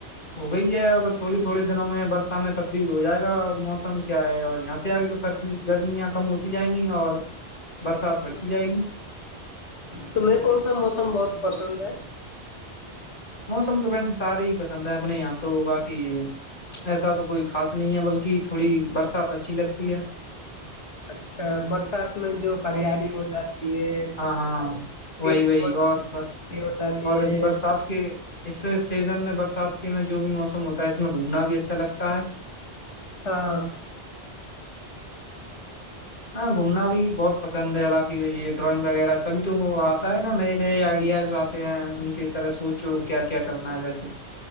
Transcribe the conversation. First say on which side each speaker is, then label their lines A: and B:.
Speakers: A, on the left (about 50°); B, on the left (about 85°).
A: ہو گئی ہے اب تھوڑی تھوڑے دنوں میں برس میں تبدیل ہو جائے گا اور موسم کیا ہے اور یہاں سے آگے تو سردی گرمیاں کم ہوتی جائیں گی اور برسات بڑھتی جائے گی
B: تمہیں کون سا موسم بہت پسند ہے
A: موسم تو ویسے سارے ہی پسند ہیں اپنے یہاں تو باقی ایسا تو کوئی خاص نہیں ہے بلکہ تھوڑی برسات اچھی لگتی ہے
B: اچھا برسات میں جو ہریالی ہو جاتی ہے
A: ہاں ہاں وہی
B: پیڑ
A: وہی
B: بت
A: اور بس
B: ہو جاتی
A: اور
B: ہے
A: اس برسات کے اس سیزن میں برسات کے جو بھی موسم ہوتا ہے اس میں گھومنا بھی اچھا لگتا ہے
B: ہاں <unintelligible>
A: ہاں گھومنا بھی بہت پسند ہے باقی یہ ڈرائنگ وغیرہ تبھی تو وہ آتا ہے نا نئے نئے آئیڈیاز آتے ہیں ان کی طرح سوچو کیا کیا کرنا ہے ویسے